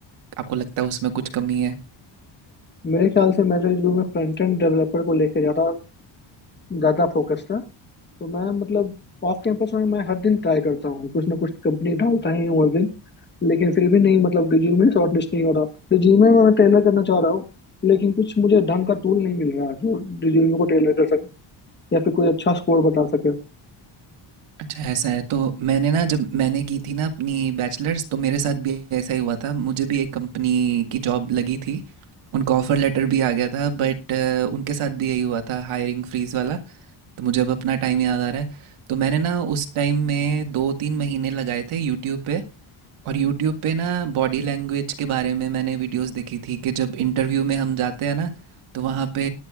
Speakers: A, on the right; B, on the left.
A: आपको लगता है उसमें कुछ कमी है
B: मेरे ख्याल से मेरे जो मैं फ्रंट एंड डेवलपर को लेके ज्यादा ज्यादा फोकस था तो मैं मतलब ऑफ कैंपस में मैं हर दिन ट्राई करता हूँ कुछ ना कुछ कंपनी डालता ही हूँ हर दिन लेकिन फिर भी नहीं मतलब रिज्यूमे शॉर्ट लिस्ट नहीं हो रहा रिज्यूमे में मैं टेलर करना चाह रहा हूँ लेकिन कुछ मुझे ढंग का टूल नहीं मिल रहा जो रिज्यूमे को टेलर कर सके या फिर कोई अच्छा स्कोर बता सके
A: अच्छा ऐसा है तो मैंने ना जब मैंने की थी ना अपनी बैचलर्स तो मेरे साथ भी ऐसा ही हुआ था मुझे भी एक कंपनी की जॉब लगी थी उनका ऑफर लेटर भी आ गया था बट उनके साथ भी यही हुआ था हायरिंग फ्रीज वाला तो मुझे अब अपना टाइम याद आ रहा है तो मैंने ना उस टाइम में दो तीन महीने लगाए थे यूट्यूब पे और यूट्यूब पे ना बॉडी लैंग्वेज के बारे में मैंने वीडियोस देखी थी कि जब इंटरव्यू में हम जाते हैं ना तो वहाँ पे